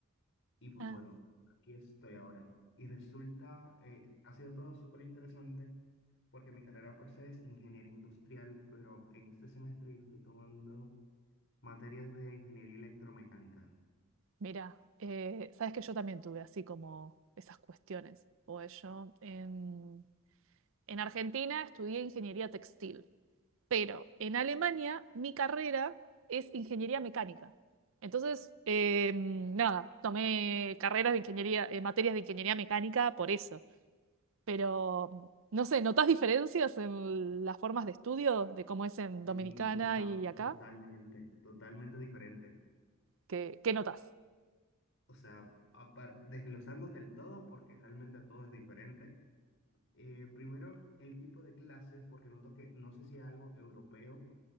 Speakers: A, on the left; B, on the right.
A: y pues
B: ah,
A: bueno, aquí estoy ahora. Y resulta, eh, ha sido todo súper interesante porque mi carrera por se es ingeniería industrial, pero en este semestre yo estoy tomando materias de ingeniería electromecánica.
B: mira, eh, sabes que yo también tuve así como esas cuestiones. Pues yo en, en Argentina estudié ingeniería textil, pero en Alemania mi carrera es ingeniería mecánica. Entonces, eh, nada, tomé carreras de ingeniería, eh, materias de ingeniería mecánica por eso, pero no sé, notas diferencias en las formas de estudio de cómo es en Dominicana
A: Sí, total,
B: y acá?
A: totalmente, totalmente diferente.
B: ¿Qué, qué notas
A: O sea, apar- desglosándote el todo, porque realmente a todo es diferente. eh, primero, el tipo de clases, porque noto que, no sé si es algo europeo,